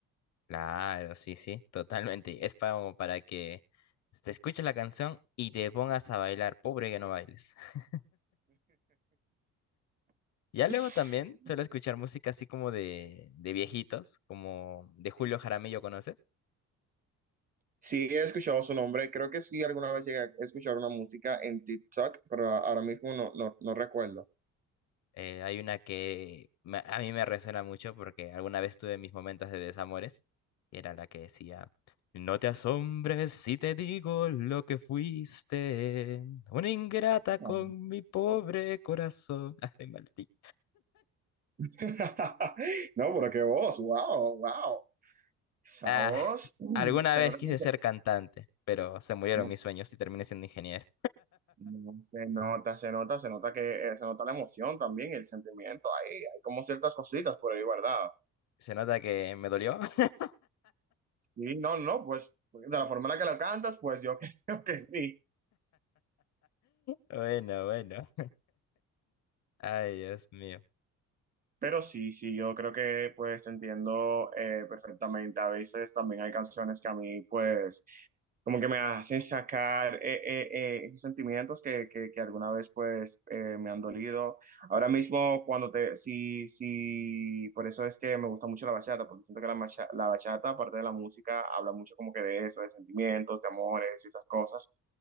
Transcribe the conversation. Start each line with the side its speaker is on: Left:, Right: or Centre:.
Left: Claro, sí, sí, totalmente. Es para, como para que te escuches la canción y te pongas a bailar. Pobre que no bailes. <laughs> Ya luego
Right: <laughs>
Left: también suelo escuchar música así como de, de viejitos, como de Julio Jaramillo, ¿conoces?
Right: Sí, he escuchado su nombre. Creo que sí, alguna vez llegué a escuchar una música en TikTok, pero a- ahora mismo no, no, no recuerdo.
Left: Eh, hay una que me- a mí me resuena mucho porque alguna vez tuve mis momentos de desamores y era la que decía, no te asombres si te digo lo que fuiste, una ingrata con
Right: Vale.
Left: mi pobre corazón. <laughs> Ay, maldito.
Right: <laughs> No, pero qué voz, wow, wow. Esa
Left: Ah,
Right: voz, mm,
Left: alguna
Right: se
Left: vez
Right: nota
Left: quise
Right: que se,
Left: ser cantante, pero se murieron
Right: no,
Left: mis sueños y terminé siendo ingeniero.
Right: no, se nota, se nota, se nota que eh, se nota la emoción también, el sentimiento ahí, hay como ciertas cositas por ahí, ¿verdad?
Left: Se nota que me dolió. <laughs>
Right: Sí, no, no, pues de la forma en la que lo cantas, pues yo <laughs> creo que sí.
Left: Bueno, bueno. Ay, Dios mío.
Right: Pero sí, sí, yo creo que pues te entiendo eh, perfectamente. A veces también hay canciones que a mí pues como que me hacen sacar eh, eh, eh, esos sentimientos que, que, que alguna vez pues eh, me han dolido. Ahora mismo cuando te, sí, sí, por eso es que me gusta mucho la bachata, porque siento que la, macha- la bachata, aparte de la música, habla mucho como que de eso, de sentimientos, de amores y esas cosas.